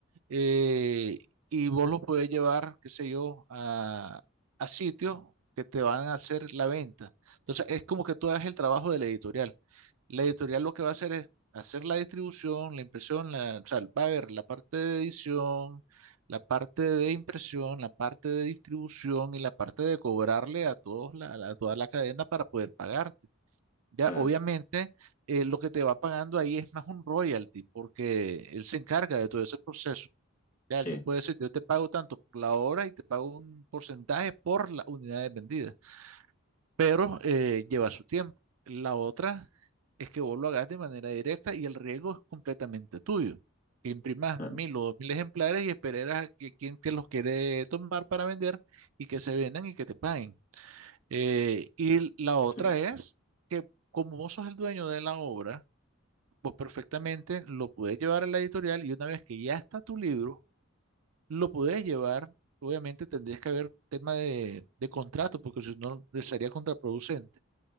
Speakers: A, on the right; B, on the left.
A: eh, y vos los podés llevar, qué sé yo, a, a sitios que te van a hacer la venta. Entonces, es como que tú hagas el trabajo de la editorial. La editorial lo que va a hacer es hacer la distribución, la impresión, la- o sea, va a ver la parte de edición, la parte de impresión, la parte de distribución y la parte de cobrarle a todos la, a toda la cadena para poder pagarte. Ya,
B: claro,
A: obviamente, eh, lo que te va pagando ahí es más un royalty, porque él se encarga de todo ese proceso. Ya,
B: sí,
A: él te puede decir, yo te pago tanto por la hora y te pago un porcentaje por las unidades vendidas, pero eh, lleva su tiempo. La otra es que vos lo hagas de manera directa y el riesgo es completamente tuyo. Que imprimas
B: claro,
A: mil o dos mil ejemplares y esperarás a que quien te los quiere tomar para vender y que se vendan y que te paguen. Eh, y la otra
B: sí,
A: es que como vos sos el dueño de la obra, vos perfectamente lo puedes llevar a la editorial y una vez que ya está tu libro, lo podés llevar, obviamente tendrías que haber tema de, de contrato, porque si no le sería contraproducente,